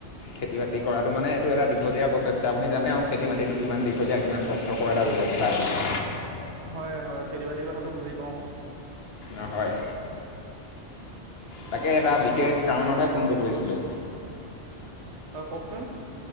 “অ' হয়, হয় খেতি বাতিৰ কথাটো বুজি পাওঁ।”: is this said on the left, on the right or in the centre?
Right